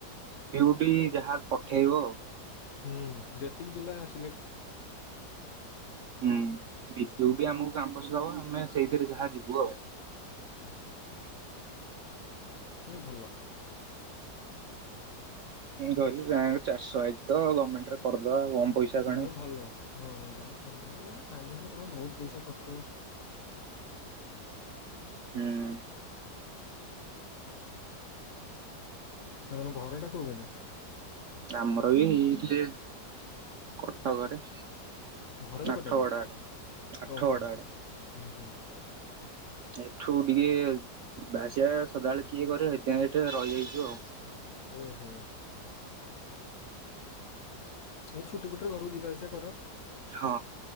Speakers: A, on the right (about 70°); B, on the left (about 65°).
A: ପୀଉଟି ଯାହା ପଠେଇବ ଆଉ।
B: ହୁଁ ଯେତିକି ପିଲା ଆ -
A: ହୁଁ ବି ପି ୟୁ ଟି ଆମକୁ କାମ୍ପସ୍ ଆମେ ସେଇଥିରେ ଯାହା ଯିବୁ ଆଉ।
B: ହୁଁ ହୁଁ। ହ ଭଲ।
A: ମୁଁ କହିଲି ରି୍ୟାଙ୍କ ଚାରି ଶହ ଆସିଛି ତ ଗମେଣ୍ଟ ରେ କରିଦବା। ପଇସା କଣେ।
B: ନଁ ଭଲ ହଁ ଭଲ। କମ୍ ପଇସା, ପ୍ରାଇଭେଟରେ କଲେ ବହୁତ ପଇସା ଖର୍ଚ୍ଚ ହଉଚି।
A: ହୁଁ।
B: ଆଉ ତମ ଘର ଟା କୋଉ ବାଟେ?
A: ଆମର ବି ଏଇଠି କଟକରେ।
B: ଘର ବି
A: ଆଠଗଡ
B: କଟାକରେ
A: ଆଡେ ଆଠଗଡ
B: ଓହୋ
A: ଆଡେ
B: ଆ <inaudible>
A: ଏଠୁ ଟିକେ ବାସିବା ସଦାବେଳେ କିଏ କରେ ହେଥି ସେଠି ରହିଯାଇଛିୁ ଆଉ <unintelligible>
B: ଓହୋ ଏଇ ଛୁଟି ପଟରେ ଘରକୁ ଯିବା ଆସ -
A: ହଁ